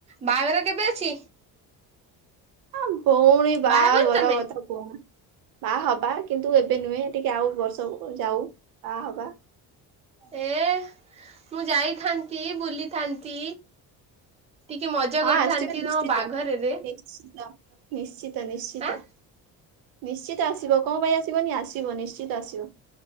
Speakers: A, on the right; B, on the right.
A: ବାହାଘର କେବେ ଅଛି?
B: ହଁ ପୁଣୀ ବାହାଘର
A: ବାହା ହେବନି ତମେ
B: କଥା ଉ ବାହା ହବା କିନ୍ତୁ ଏବେ ନୁହେଁ ଟିକେ ଆଉ ବର୍ଷ କୁ ଯାଉ ବାହା ହବା।
A: ଏ ମୁଁ ଯାଇଥାନ୍ତି ବୁଲିଥାନ୍ତି। ଟିକେ ମଜା
B: ହଁ
A: କରିଥାନ୍ତି
B: ଆସିବ ନିଶ୍ଚିତ
A: ତମ ବାଘରରେ।
B: ନିଶ୍ଚିତ ନିଶ୍ଚିତ ନିଶ୍ଚିତ
A: ଆଁ
B: ନିଶ୍ଚିତ ଆସିବ କଣ ପାଇଁ ଆସ ସିବନି ଆସିବ ନିଶ୍ଚିତ ଆସିବ।